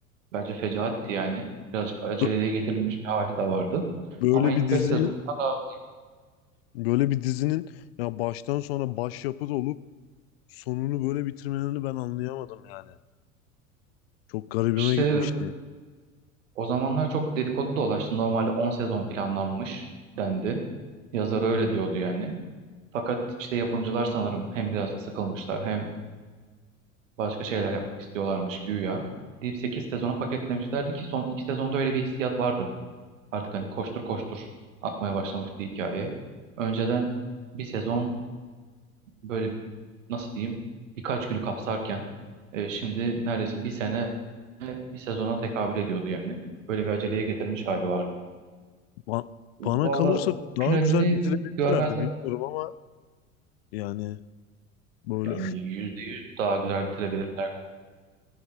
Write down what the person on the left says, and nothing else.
Bö-
böyle
bir dizinin
böyle bir dizinin ya baştan sona başyapıt olup sonunu böyle bitirmelerini ben anlayamadım yani. Çok garibime
gitmişti.
Ba-
bana kalırsa daha
güzel bitirebilirlerdi
bilmiyorum ama yani böyle